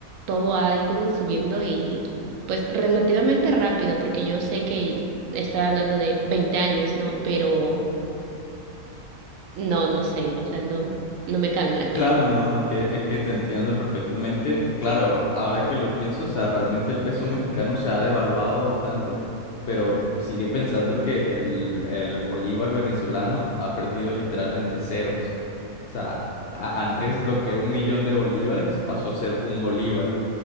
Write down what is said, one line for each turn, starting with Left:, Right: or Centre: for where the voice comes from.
Right: todo ha ido subiendo y pues relativamente rápido, porque yo sé que estoy hablando de 20 años, ¿no? Pero no, no sé, o sea, no, no me cabe en la cabeza.
Left: Claro, no, es que, es que te entiendo perfectamente. Claro, ahora que lo pienso, o sea, realmente el peso mexicano se ha devaluado bastante, pero sigue pensando que el, el bolívar venezolano ha perdido literalmente ceros. O sea, a- antes lo que era un millón de bolívares pasó a ser un bolívar.